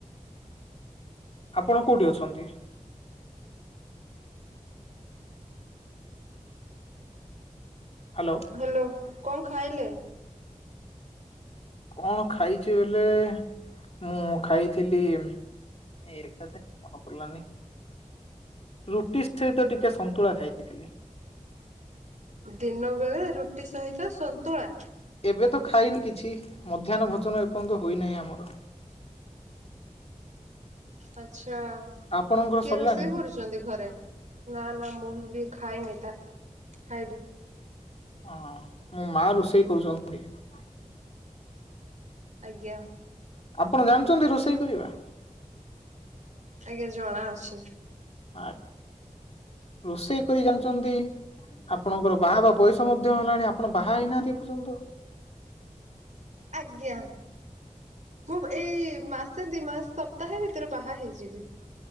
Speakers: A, on the left; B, on the right.
A: ଆପଣ କଉଠି ଅଛନ୍ତି? ହ୍ୟାଲୋ।
B: ହ୍ୟାଲୋ କଣ ଖାଇଲେ?
A: କଣ ଖାଇଛି ବଲେ ମୁଁ ଖାଇଥିଲି ଏଇ କଥା ମନେପଡ଼ିଲାନି। ରୁଟି ସହିତ ଟିକେ ସନ୍ତୁଳା ଖାଇଥିଲି।
B: ଦିନ ବେଳେ ରୁଟି ସହିତ ସନ୍ତୁଳା?
A: ଏବେ ତ ଖାଇନି କିଛି ମଧ୍ୟାହ୍ନ ଭୋଜନ ଏପର୍ଯ୍ୟନ୍ତ ହୋଇନାହିଁ ଆମର।
B: ଆଚ୍ଛା
A: ଆପଣଙ୍କର
B: କିଏ
A: ସରିଲାଣି
B: ରୋଷେଇ
A: କି?
B: କରୁଛି? ଚନ୍ତି ଘରେ ନା ନା ମୁଁ ବି ଖାଇନି ତା ଖାଇବି।
A: ହ ମୋ ମା ରୋଷେଇ କରୁଛନ୍ତି। <unintelligible> ହ୍
B: ଆଜ୍ଞା।
A: ଆପଣ ଜାଣିଛନ୍ତି ରୋଷେଇ କରିବା?
B: ଆଜ୍ଞା ଜଣାଅଛି।
A: ଆ ରୋଷେଇ କରି ଜାଣିଛନ୍ତି ଆପଣଙ୍କର ବାହା ହେବା ବୟସ ମଧ୍ୟ ହେଲାଣି ଆପଣ ବାହା ହେଇନାହାନ୍ତି ଏ ପର୍ଯ୍ୟନ୍ତ।
B: ଆଜ୍ଞା। ମୁଁ ଏଇ ମାସେ ଦି ମାସ ସପ୍ତାହେ ଭିତରେ ବାହା ହେଇଯିବି।